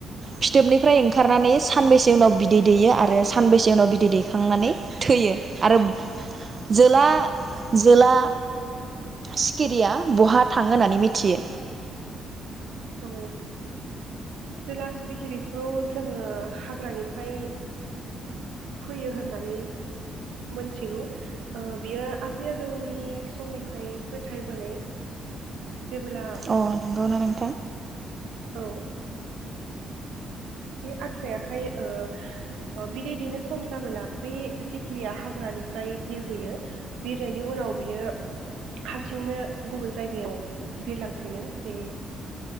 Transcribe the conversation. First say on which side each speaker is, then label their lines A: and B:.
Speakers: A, on the right (about 35°); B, on the right (about 80°).
A: फिथोबनिफ्राय ओंखारनानै सानबैसे उनाव बिदै दैयो आरो सानबैसे उनाव बिदै दैखांनानै थैयो आरो जोला जोला सिखिरिया बहा- थाङो होननानै मिथियो
B: औ जोला सिखिरिखौ जोङो हाग्रानिफ्राय फैयो होननानै मोनथिगौ ओ बेयो आजै आजौनि समनिफ्राय फोथायबोनाय जेबोला
A: अ नोंगौना नों
B: औ बे आखसायाहाय ओ ओ बिदै बिदैनो सम जाबोला बे सिखिरिया हाग्रानिफ्राय बिरबोयो बिरनायनि उनाव बियो हारसिंनो गुबुन जायगायाव बिरलांफिनो बे